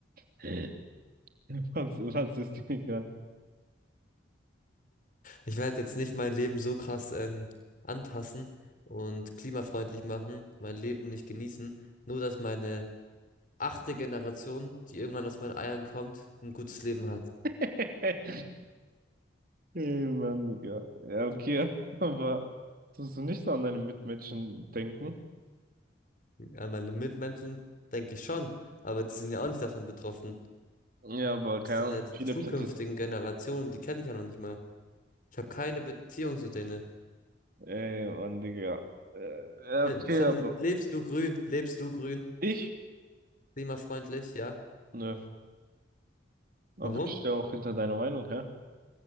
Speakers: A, on the right; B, on the left.
A: <laughs> Was, was ist die egal?
B: Ich werde jetzt nicht mein Leben so krass ähm, anpassen und klimafreundlich machen, mein Leben nicht genießen, nur dass meine achte Generation, die irgendwann aus meinen Eiern kommt, ein gutes Leben hat.
A: <laughs> Ey, Mann, Digga. Ja, okay, <laughs> aber tust du nicht so an deine Mitmenschen denken?
B: An meine Mitmenschen denke ich schon, aber die sind ja auch nicht davon betroffen.
A: Ja, aber keine
B: Das sind
A: Ahnung,
B: ja die
A: viele
B: zukünftigen
A: Protest.
B: Generationen, die kenne ich ja noch nicht mal. Ich habe keine Beziehung zu denen.
A: Ey, Mann, Digga. Äh, ja,
B: Fin-
A: okay,
B: Findest,
A: aber
B: lebst du grün? Lebst du grün?
A: ich?
B: Klimafreundlich, ja.
A: Nö. Aber
B: Warum?
A: ich stehe auch hinter deiner Meinung, hä?